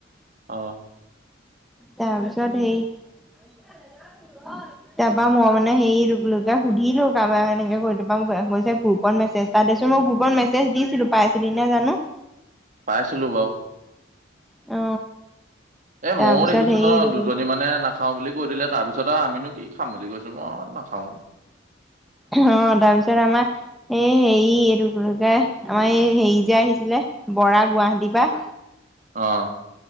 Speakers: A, on the right (about 40°); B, in the centre.
A: অ
B: তাৰ পিছত হেৰী তাৰ পৰা মই মানে হেৰি ৰুবুলকে সুধিলো কাৰোবাক এনেকে কৈ থা গৈছে গ্ৰুপত মেছেজ এটা দেছোন মই গ্ৰুপত মেছেজ দিছিলো পাইছিলি নাই জানো
A: পাইছিলো বাও
B: অ
A: এ
B: তাৰপিছত
A: ময়ো দেখিছো
B: হেৰি
A: ন
B: এইটো
A: দুজনী
B: কি
A: মানে না খাওঁ বুলি কৈ দিলে তাৰপিছত আৰু আমিনো কি খাম বুলি কৈছোঁ মই নাখাওঁ
B: অ তাৰপিছত আমাৰ এই হেৰি এইটোকে আমাৰ এই হেৰি যে আহিছিলে বৰা গুৱাহাটীৰ পৰা
A: অ।